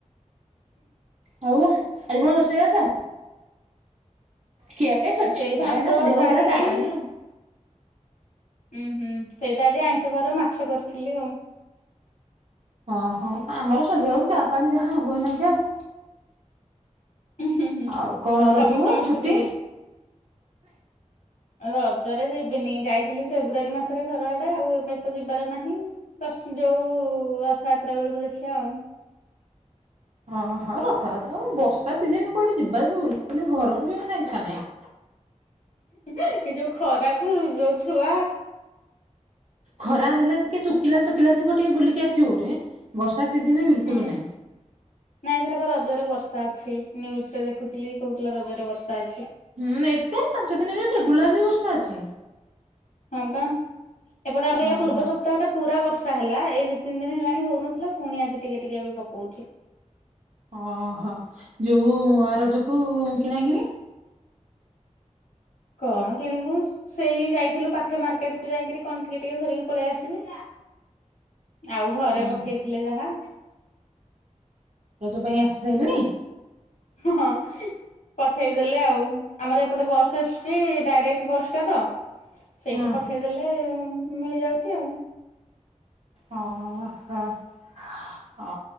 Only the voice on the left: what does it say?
ସେଇ ଭାତ
ଡାଲି
ଉୁଁ ହୁଁ। ସେଇତ ଆଜି ଆଇଁଷ ବାର ମାଛ କରିଥିଲେ ଆଉ।
ଉଁ ହୁଁ ହୁଁ।
ସମ
ସମସ୍ତେ
ପିଇବେ। ଆଉ ରଜରେ ଯିବିନି। ଯାଇଥିଲି ଫେବୃଆାରୀ ମାସରେ ଘର ଆଡେ। ଆଉ ଏବେ ତ ଯିବାର ନାହିଁ। ଦଶ୍ ଯୋଉ ରଥଯାତ୍ରା ବେଳକୁ ଦେଖିବା ଆଉ।
ଏଇ ଯୋଉ ଖରାକୁ ଯୋଉ ଛୁଆ।
ହୁଁ।
ନାଇଁ ସେଟା ବା ରଜରେ ବର୍ଷା ଅଛି। ନ୍ୟୁଜରେ ଦେଖୁଥିଲି କହୁଥିଲା ରଜରେ ବର୍ଷା ଅଛି।
ହଁ ବା। ଏପଟେ ଆମର
ଏଆ ପୂର୍ବ
ସପ୍ତାହଟା ପୁରା ବର୍ ବର୍ଷା ହେଲା। ଏଇ ଦିଇ ତିନ ଦିନ ହେଲାଣି ହଉନଥିଲା ପୁଣି ଆଜି ଟିକେ ଟିକେ ଏବେ ପକଉଛି।
କଣ କିଣିବୁ? ସେଇ ଯାଇଥିଲୁ ପାଖେ ମାର୍କେଟକୁ ଯାଇକିରି କଣ ଟିକେ ଟିକେ ଧରିକି ପଳେଇ ଆସିଲି। ଆଉ ଘରେ
ପଠେଇଥିଲେ ଯାହା।
ହଁ ପଠେଇଦେଲେ ଆଉ। ଆମର ଏପଟେ ବସ୍ ସି ଡାଇରେକ୍ଟ ବସ୍ ଟା ତ ସେଇଠି
ପଠେଇଦେଲେ ମିଳିଯାଉଛି ଆଉ।